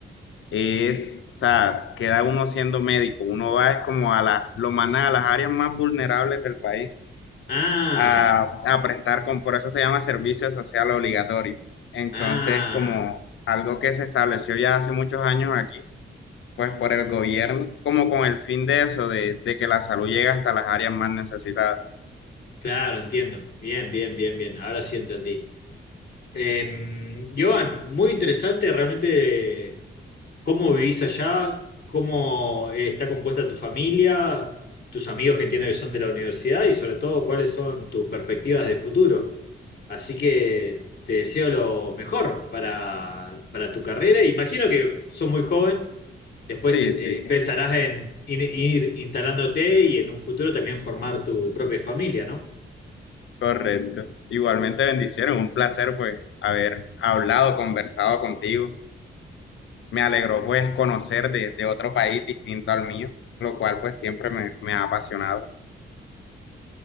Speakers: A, on the left; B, on the left.
A: es, o sea, queda uno siendo médico, uno va es como a la, lo mandan a las áreas más vulnerables del país
B: ah,
A: a, a prestar, con, por eso se llama servicio social obligatorio. Entonces,
B: ah,
A: como algo que se estableció ya hace muchos años aquí, pues por el gobierno, como con el fin de eso, de, de que la salud llegue hasta las áreas más necesitadas.
B: claro, entiendo. Bien, bien, bien, bien. Ahora sí entendí. Eh, Joan, muy interesante realmente cómo vivís allá, cómo eh, está compuesta tu familia, tus amigos que entiendo que son de la universidad y sobre todo cuáles son tus perspectivas de futuro. Así que te deseo lo mejor para, para tu carrera. Imagino que sos muy joven, después
A: Sí,
B: eh,
A: sí,
B: eh, pensarás en in- ir instalándote y en un futuro también formar tu propia familia, ¿no?
A: correcto. Igualmente bendiciones, un placer pues haber hablado, conversado contigo. Me alegró pues conocer de, de otro país distinto al mío, lo cual pues siempre me, me ha apasionado.